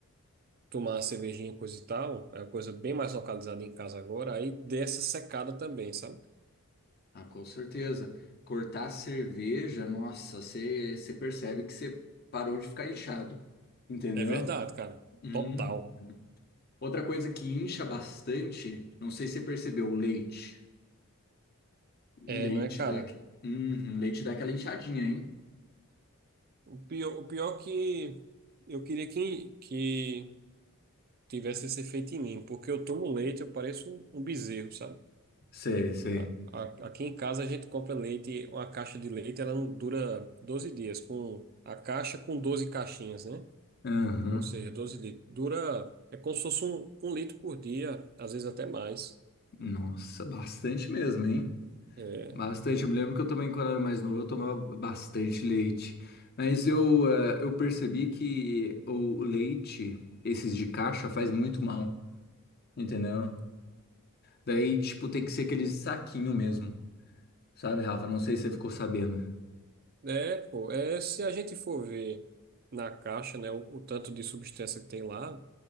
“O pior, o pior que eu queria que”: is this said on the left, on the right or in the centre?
Right